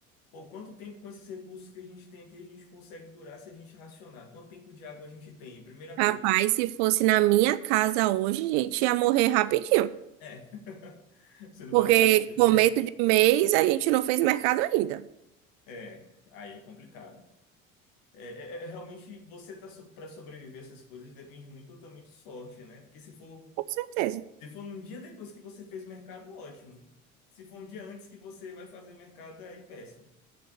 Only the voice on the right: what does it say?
Rapaz,
se fosse na minha casa hoje, a gente ia morrer rapidinho.
Porque
começo
de mês a gente não fez mercado ainda.
Com certeza.